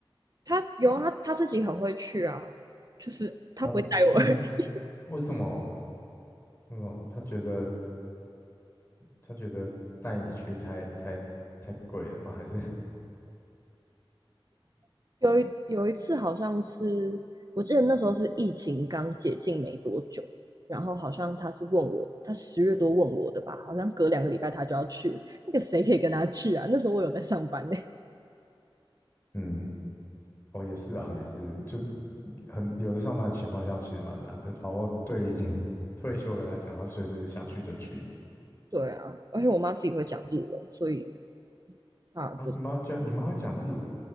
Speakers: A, on the right; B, on the left.
A: 他有啊他他自己很会去啊，就是他不会带我而已
B: 啊，那为什么那种他觉得他觉得带你去太太太贵了吗？还是
A: <laughs> 有一有一次好像是，我记得那时候是疫情刚解禁没多久，然后好像他是问我，他十月多问我的吧，好像隔两个礼拜他就要去，那个谁可以跟他去啊？那时候我有在上班呢、
B: <laughs> 嗯，哦也是啊，也是，就很有的上班情况下其实蛮难的。然后对于已经 <laughs> 退休的人来讲，他随时想去就去
A: <laughs> 对啊，而且我妈自己会讲日文，所以她就
B: 啊。你妈就，你妈会讲日文，